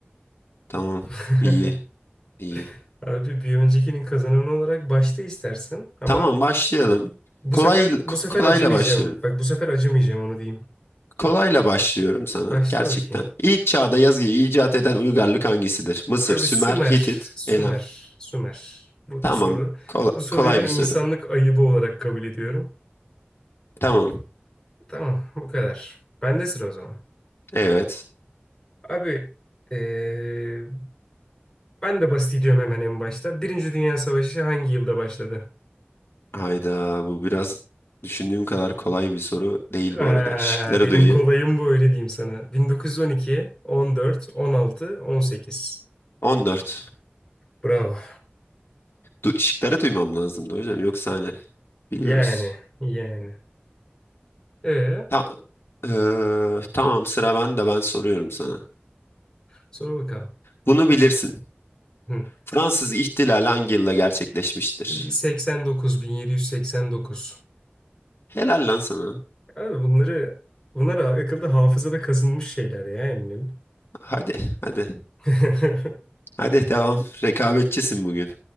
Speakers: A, on the left (about 80°); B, on the left (about 20°).
A: Tamam.
B: <laughs>
A: İyi. iyi.
B: Abi bir öncekinin kazananı olarak başta istersin ama
A: Tamam başlayalım.
B: bu
A: Kolay
B: sefer
A: k-
B: bu sefer
A: kolayla
B: acımayacağım.
A: başlıyorum.
B: Bak bu sefer acımayacağım onu diyeyim.
A: Kolayla başlıyorum sana
B: Başla
A: gerçekten.
B: bakayım.
A: İlk çağda yazıyı icat eden uygarlık hangisidir? Mısır,
B: Abi
A: Sümer,
B: Sümer,
A: Hitit,
B: Sümer,
A: Elam.
B: Sümer. Bu,
A: Tamam.
B: bu soru.
A: Kolay,
B: Bu soruyu
A: kolay
B: ben
A: bir
B: insanlık
A: soru.
B: ayıbı olarak kabul ediyorum.
A: Tamam.
B: Tamam, bu kadar. Bende sıra o zaman.
A: Evet.
B: Abi, eee, ben de basit gidiyorum hemen en başta. Birinci Dünya Savaşı hangi yılda başladı?
A: Hayda bu biraz düşündüğüm kadar kolay bir soru değil
B: Eee,
A: bu arada. Şıkları
B: benim
A: duyayım.
B: kolayım bu öyle diyeyim sana. 1912, 14, 16, 18.
A: 14.
B: Bravo.
A: Du şıkları duymam lazımdı hocam. Yoksa hani biliyoruz.
B: Yani, yani. Ee,
A: Ta- Eee, tamam sıra bende ben soruyorum sana.
B: sor bakalım.
A: Bunu bilirsin.
B: Hı.
A: Fransız İhtilali hangi yılda gerçekleşmiştir?
B: 89, 1789.
A: Helal lan sana.
B: Abi bunları bunlar akılda hafızada kazınmış şeyler ya eminim.
A: Hadi hadi.
B: <laughs>
A: Hadi devam. Rekabetçisin bugün.